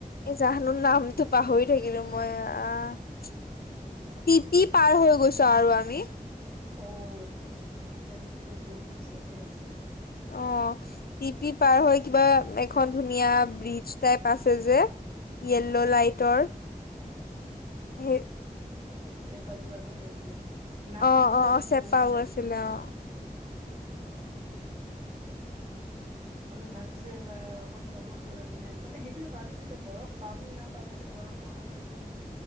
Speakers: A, on the left (about 80°); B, on the right (about 40°).
A: এ জাহানুৰ নামটো পাহৰি থাকিলো মই আহ টিপি
B: উম, একো নাই একো নাই।
A: পাৰ হৈ গৈছো আৰু আমি।
B: অ টিপি তেন্তে তুমি বহুত পিছতে আছা।
A: অ। টিপি পাৰ হৈ কিবা এখন ধুনীয়া ব্ৰিজ টাইপ আছে যে। য়েল্ল' লাইটৰ হে
B: চেপা যোৱা ৰ'ড এইফালে নাগ
A: অ
B: মন্দিৰৰলৈকে
A: অ অ চেপাও
B: গৈছিলা
A: আছিলে
B: নেকি
A: অ
B: অঁ অঁ আমি ভাবিছো এইবাৰ এখন টপত গ'লে মানে মানে সেইটোয়ে ভাবিছো এতিয়া বৰফ পাম নে নাপাম এতিয়া। বৰফৰ সময়তো